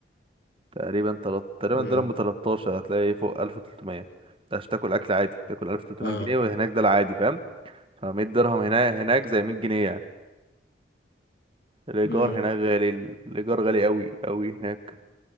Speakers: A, on the right; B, on the left.
A: تقريبا تلت... تقريبا
B: امم
A: الدرهم ب 13 هتلاقي ايه فوق 1300 ده عشان تاكل اكل عادي تاكل 1300
B: اه
A: جنيه وهناك ده العادي فاهم ف 100 درهم هنا هناك زي 100 جنيه يعني الايجار
B: امم
A: هناك غالي الايجار غالي قوي قوي هناك